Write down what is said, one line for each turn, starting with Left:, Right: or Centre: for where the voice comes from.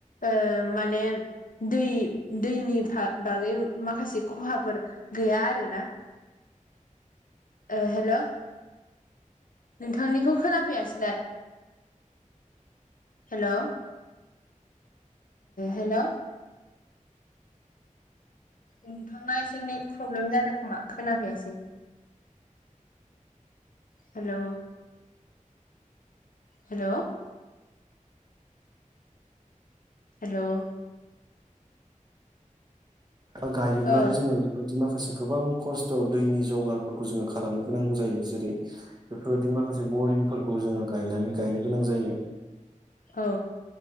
Left: ओ माने दै दैनि बागै माखासे खहाफोर गैया आरोना? ओ हेल' नोंथांनिखौ खोनाफैयासैलाय। हेल' ओ हेल' नोंथांना एसे नेट प्रब्लेम जादों खोमा खोनाफैयासै। हेल' हेल' हेल'
Right: गायोब्लाबो
Left: औ
Right: जोङो बिदि माखासे गोबां खस्थ' दैनि जगारफोरखौ जोङो खालामनो गोनां जायो। जेरै बेफोरबायदि माखासे बरिंफोरखौ जोङो गायनानै गायनो गोनां जायो।
Left: औ